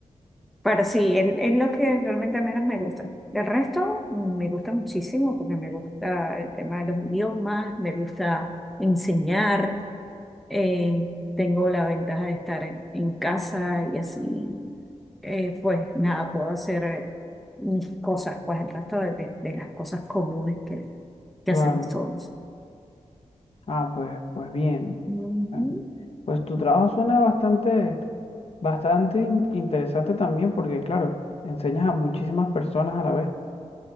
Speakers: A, in the centre; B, on the left.
A: pero sí, es, es lo que realmente menos me gusta. El resto mm, me gusta muchísimo porque me gusta el tema de los idiomas, me gusta enseñar. Eh, tengo la ventaja de estar en en casa y así, eh, pues nada, puedo hacer eh, mis cosas, pues el resto de, de- de las cosas comunes que, que
B: claro.
A: hacemos todos.
B: Ah, pues, pues bien.
A: Ujú.
B: Em, Pues tu trabajo suena bastante, bastante in- interesante también, porque claro, enseñas a muchísimas personas a la vez.